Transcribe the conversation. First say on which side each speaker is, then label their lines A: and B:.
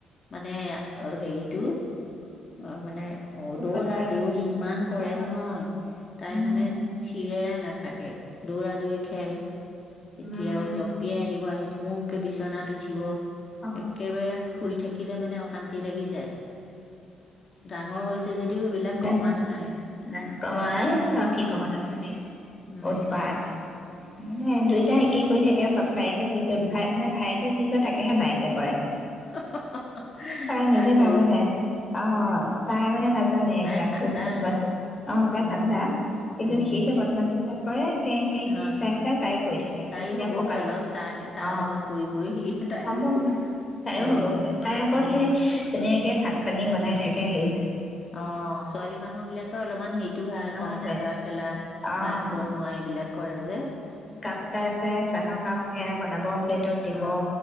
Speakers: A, on the left (about 40°); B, on the left (about 25°).
A: মানে হেৰিটো অ মানে
B: উৎপাত
A: দৌৰা
B: কৰে
A: দৌৰি
B: নেকি
A: ইমান কৰে
B: অ
A: নহয় তাই
B: উম
A: মানে থিৰেৰে নাথাকে দৌৰা দৌৰি খেল এতিয়াও
B: উম
A: জপিয়াই আহিব আহি ধুমুকে বিচনাত উঠিব
B: অ
A: একেবাৰে শুই থাকিব মানে অশান্তি লাগিছে ডাঙৰ হৈছে যদিও সেইবিলাক
B: ডাঙৰ
A: কমা নাই
B: কমাই কি কবা নাচনি
A: উম
B: উৎপাত দুয়োটা একেই কৰি থাকে বায়েকে যি কয় মানে ভায়েকে যি কৰে তাকেহে বায়েকে কৰে
A: হা হা
B: তাই নিজে
A: হা
B: নাজানে অ তাই মানে নাজানে এইবিলাক
A: তাই ঠাণ্ডা
B: বদমাচি
A: অলপ
B: অ তাই
A: উম
B: ঠাণ্ডা কিন্তু
A: উম
B: সি যে বদমাচি <unintelligible> কৰে সেই সেই
A: অ
B: সেই চাই চাই তাইও কৰি থাকে
A: তাইও
B: সেই এতিয়া
A: হ'বগে
B: পকাত
A: অলপ তাৰ তাৰ
B: অ
A: লগত পৰি পৰি সি তাইও
B: হ'ব তাইও
A: অ
B: সৰু হৈ তাই আক
A: উম
B: ধুনীয়াকে ভাত পানী বনাই থাকে সেই
A: অ ছোৱালী মানুহ বিলাকৰ অলপমান হেৰিতটো ভাল
B: অ'
A: কইনা
B: বেলেগ
A: দৰা খেলা
B: অ'
A: ভাত বনোৱা এইবিলাক কৰে যে
B: কাপ এটা আছে চাহৰ কাপ সেয়া বনাব প্লেটত দিব
A: অ